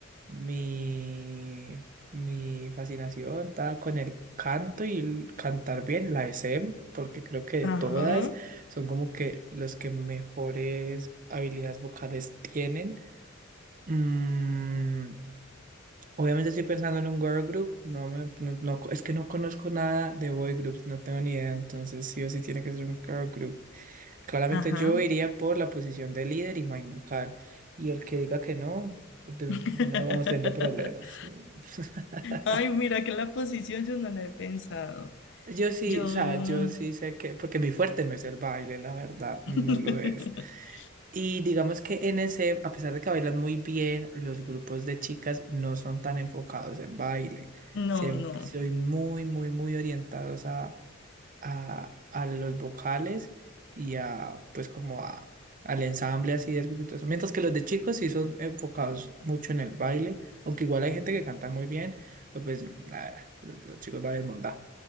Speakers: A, on the right; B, on the left.
A: mi, mi fascinación estaba con el canto y el cantar bien, la SM, porque creo que de
B: Ajá,
A: todas son como que los que mejores habilidades vocales tienen. Mm, Obviamente estoy pensando en un girl group, no me, no, no- es que no conozco nada de boy groups, no tengo ni idea, entonces sí o sí tiene que ser un girl group. Claramente
B: ajá.
A: yo iría por la posición de líder y main vocal, y el que diga que no, de-
B: <laughs>
A: no vamos teniendo problemas. <laughs>
B: Ay, mira, que la posición yo no la he pensado.
A: Yo sí,
B: Yo...
A: o sea, yo sí sé que, porque mi fuerte no es el baile, la verdad, no
B: <laughs>
A: lo es. Y digamos que en ese, a pesar de que bailan muy bien, los grupos de chicas no son tan enfocados en baile.
B: No,
A: Siempre
B: no.
A: soy muy, muy, muy orientados a, a, a los vocales y a, pues como a, al ensamble así del grupo y todo eso. Mientras que los de chicos sí son enfocados mucho en el baile, aunque igual hay gente que canta muy bien, pero pues, nada, los, los chicos bailan mondá.